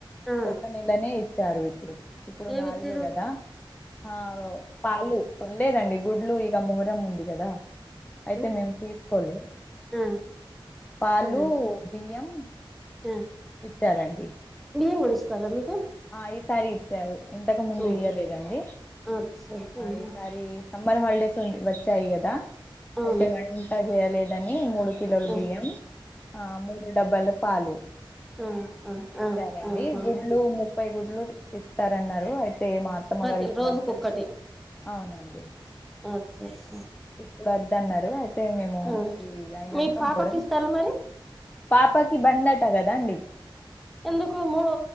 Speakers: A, in the centre; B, on the left.
A: ఆ,
B: ఒక నెలనే ఇచ్చారు ఇప్పుడు ఇప్పుడు
A: ఏమి
B: నాలుగే
A: ఇచ్చిర్రు
B: కదా ఆ పాలు లేదండి గుడ్లు ఇగ మహరం ఉంది కదా అయితే
A: ఆ,
B: మేము తీసుకోలే
A: ఆ
B: పాలు
A: ఆ
B: బియ్యం
A: ఆ
B: ఇత్తారండి
A: బియ్యం కూడ ఇస్తార మీకు
B: ఆ ఈ సారీ ఇచ్చారు ఇంతకు ముందు
A: ఉమ్
B: ఇయ్యలేదండి
A: అచ్చా ఆహా
B: ఈ సారీ సమ్మర్ హాలిడేస్ వచ్చాయి కదా
A: అవును
B: అయితే వంట చేయలేదని మూడు కిలోలు
A: ఆ
B: బియ్యం ఆ మూడు డబ్బల పాలు
A: ఆ ఆ ఆ
B: ఇస్తరండి
A: ఆహా
B: గుడ్లు ముప్పై గుడ్లు ఇస్తారన్నారు అయితే మ మా అత్తమ్మగారు
A: ప్రతి
B: ఇప్పుడు
A: రోజుకొక్కటి
B: అద్ద అన్నారు అవునండి
A: అచ్చ అచ్చ
B: ఇప్పుడు వద్ద అన్నారు అయితే మేము
A: ఆ
B: ఈ అయినంక
A: మీ పాపకి
B: బోరం
A: ఇస్తారా మరి
B: పాపకి బందట కదా అండి
A: ఎందుకు మూడు